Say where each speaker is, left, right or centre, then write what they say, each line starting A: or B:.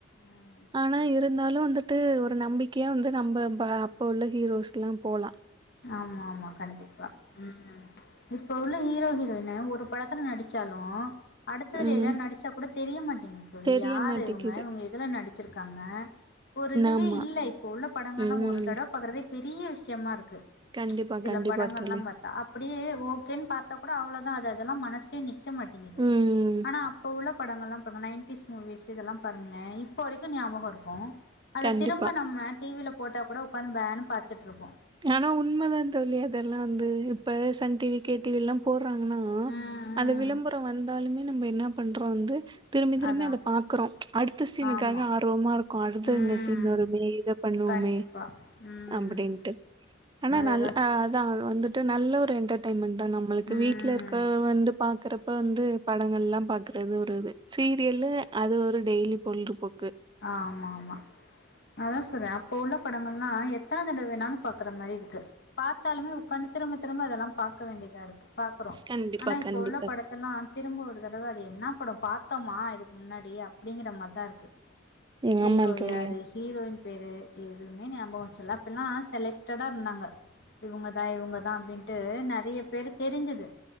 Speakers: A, on the left (about 60°); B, on the right (about 25°).
A: ம்
B: ஆனா இருந்தாலு வந்து அது ஒரு நம்பிக்கையா வந்து நம்ப ப இப்ப உள்ள ஹீரோஸ் லா போலா
A: ஆமா ஆமா கண்டிப்பா ம் இப்ப உள்ள ஹீரோ ஹீரோயின் ஒரு படத்துல நடி ச்சாலு அடுத்ததுல
B: ம்
A: எதுல நடிச்சா கூட தெரியமாட்டேங்கு தோழி
B: தெரிய
A: யாரு
B: மாட்டேக்குது
A: இவுங்க இவுங்க எதுல நடிச் வச்சசிருக்காங்க ஒரு இதுவே
B: ஆமா
A: இல்ல இப்ப உள்ள படங்கள்ல்லா
B: ம்
A: ஒரு தடவ பாக்றதே பெரிய விஷயமா இருக்கு
B: கண்டிப்பா
A: சில
B: கண்டிப்பா
A: படங்கலா
B: தோழி
A: பார்த்தா அப்படியே ஓகேன்னு பார்த்தா கூட அவ்ளோதா அது அதெல்லா மனசுலேயே நிக் நீக்க மாட்டேங்குது
B: ம்
A: ஆனா அப்ப உள்ள அப்ப உள்ள படங்கள்லா பாருங்கள் நைன்டிீஸ் மூவிஸ் இதெல்லா பாருங்களே இப்போ வரைக்கு ஞாபகம் இருக்கு அத
B: கண்டிப்பா
A: திரும்ப நம்ம டிவில ஃபோட்டா கூட ஒக்காந்து பேனு பாத்துட்டுருப்போ
B: ஆனா உண்மதா தோழி அதெல்லா வந்து இப்ப சன் டிவி கேடிவி எல்லா போடுறாங்கன்னா
A: ம்
B: அந்த விளம்பரம்
A: ம்
B: வந்தாலுமே நம்ம என்ன பண்றோ வந்து திரும்பி திரும்பி
A: அதா
B: அத பாக்குறோ அடுத்த சீனுக்காக
A: ஆமா
B: ஆர்வமா இருக்கு அடுத்த
A: ம்
B: இந்த சீன் வருமே இத பண்ணுவோமே
A: கண்டிப்பா ம்
B: அப்படின்ட்டு ஆனா
A: அதுதா
B: நல்ல
A: சொல்
B: அதா வந்துட்டு நல்ல ஒரு என்ட்டர்டெயன்மெண்ட்டு தா நம்மளுக்கு
A: ம்
B: வீட்ல இருக்கவ வந்து பாக்குறப்ப வந்து படங்கள்லா பாக்குறது ஒரு இது சீரியலு அது ஒரு டெய்லி பொங்கிபோ
A: ஆமாமா அதா சொல்றே அப் ப உள்ள படங்கள்லா எத்தன தடவ வேணாலு பாக்குற மாரி இருக்கு பாத்தாலுமே உக்காந்து திரும்ப திரும்ப அதெல்லா பாக்க வேண்டியதா இரு பாக்குறோ
B: கண்டிப்பா
A: ஆனா இப்ப
B: கண்டிப்பா
A: உள்ள படத்தல்லா திரும்ப ஒரு தடவ அது என்னா படொ பாத்தோமா இதுக்கு முன்னாடி அப்டிங்கிற மார்தா இருக்கு
B: ம்
A: ஹீரோ
B: ஆமா தோழி
A: யாரு ஹீரோயின் பேரு எதுவ்மே ஞாபக வச்சுல்லா அப்பல்லா செலக்டடா இருந்தாங்க இவுங்கதா இவுங்க தா அப்டின்ட்டு நறைய பேரு தெரிஞ்சது